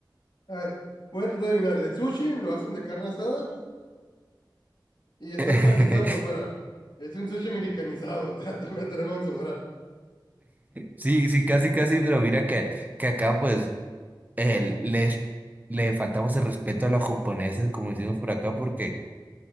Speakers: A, on the left; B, on the right.
A: A ver, voy a tratar de adivinar. El sushi lo hacen de carne asada y está
B: <laughs>
A: empanizado por fuera. Es un sushi mexicanizado, <laughs> también lo tenemos en Sonora.
B: Sí, sí, casi, casi, pero mira que, que acá pues el- les, le faltamos el respeto a los japoneses, como decimos por acá, porque...